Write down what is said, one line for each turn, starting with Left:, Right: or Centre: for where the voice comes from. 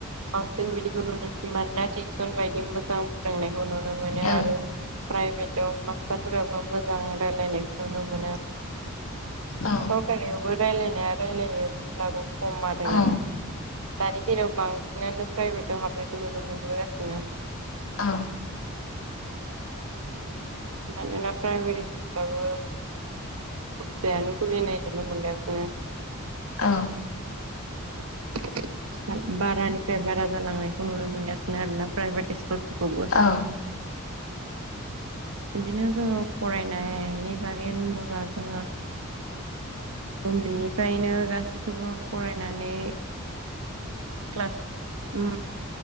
Right: बांसिन बिदिखौ नुयो मानोना टिउसन बायदि मोजां फोरोंनायखौ नुनो मोनो
Left: औ
Right: आरो। प्राइभेटाव मास्टारफोराबो मोजां रायजलायनायखौ नुनो मोनो।
Left: औ
Right: सरखारनियावबो रायलायनाया रायलायो अब्लाबो खम आरोना।
Left: औ
Right: दानि दिनाव बांसिनानो प्राइभेटाव हाबनायखौ नुनो मोनबोगासिनो।
Left: औ।
Right: मानोना प्राइभेर स्कुलाबो। जायानो खुलिनाय नुनो मोनगासिनो।
Left: औ।
Right: <inaudible> बारानिफ्राय बारा जालांनायखौ नुनो मोनगासिनो आरोना प्राइभेट स्कुलफोरखौबो।
Left: औ
Right: बिदिनो जोंङो फरायनायनि बागै होनोबा जोंङो। उन्दैनिफ्रायनो गासैखौबो फरायनानै। क्लास ओ।